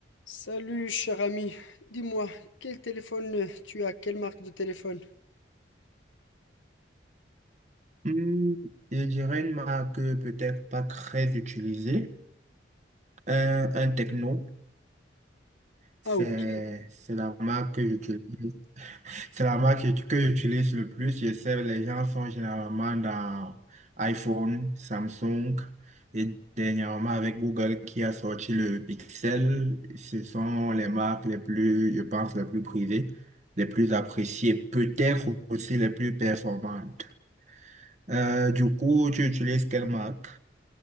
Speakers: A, on the left (about 85°); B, on the right (about 40°).
A: Salut cher ami, dis-moi, quel téléphone euh, tu as? Quelle marque de téléphone?
B: Hmm, Je dirais une marque euh, peut-être pas très utilisée. Un, un techno, c'est
A: Ah ok,
B: c'est la marque que j'utilise. C'est la marque que que j'utilise le plus. Je sais, les gens sont généralement dans iPhone, Samsung et dernièrement avec Google qui a sorti le Pixel. Ce sont les marques les plus, je pense, les plus prisées, les plus appréciées, peut-être aussi les plus performantes. Euh, du coup, tu utilises quelle marque?